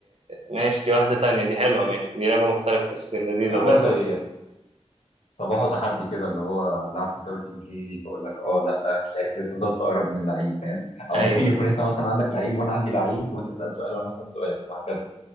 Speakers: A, on the right (about 65°); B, on the left (about 70°).
A: ماشي دي واحدة تانية دي حلوة ماشي دي لعبة مختلفة بس لذيذة
B: عامله
A: برضه
B: زي صباحه تحدي كده اللي هو لعب في الدوري الانجليزي فاقول لك اه لا مش عارف ايه تفضل تقرب من اللعيب فاهم او
A: أيوه
B: ممكن يكون
A: أيوه.
B: انت مثلا عندك لعيب وانا عندي لعيب وانت تسال سؤال وانا اسال سؤال وهكذا